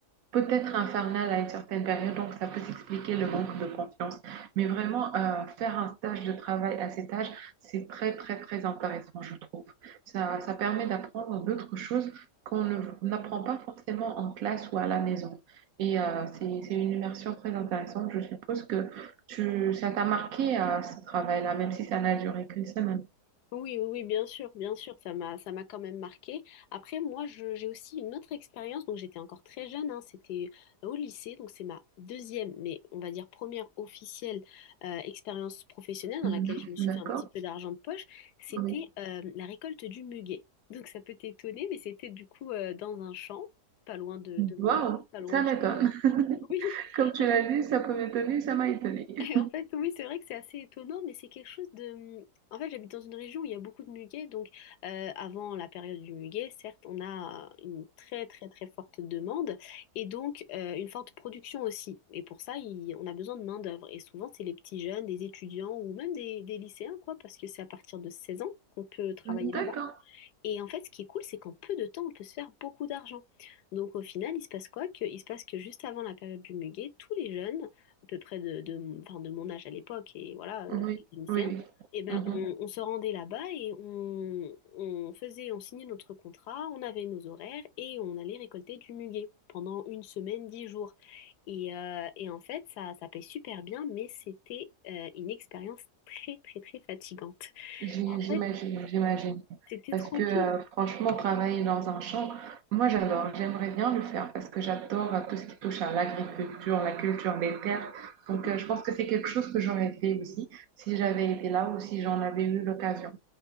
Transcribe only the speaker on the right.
peut-être infernal à une certaine période, donc ça peut s'expliquer le manque de confiance. Mais vraiment, euh, faire un stage de travail à cet âge, c'est très, très, très intéressant, je trouve. Ça, ça permet d'apprendre d'autres choses qu'on ne- n'apprend pas forcément en classe ou à la maison. Et euh, c'est, c'est une immersion très intéressante. Je suppose que tu, ça t'a marqué à ce travail-là, même si ça n'a duré qu'une semaine.
Mhm.
D'accord?
Oui.
Waouh,
ça
m'étonne.
<laughs>
Comme tu
l'as dit, ça peut m'étonner, ça m'a étonné.
D'accord.
Oui,
oui, oui.
Mhm.
J'y-
J'imagine,
j'imagine.
Parce
que
euh, franchement, travailler dans un champ, moi j'adore, j'aimerais bien le faire parce que j'adore euh, tout ce qui touche à l'agriculture, la culture des terres. Donc
euh, je pense que c'est quelque chose que j'aurais fait aussi si j'avais été là ou si j'en avais eu l'occasion.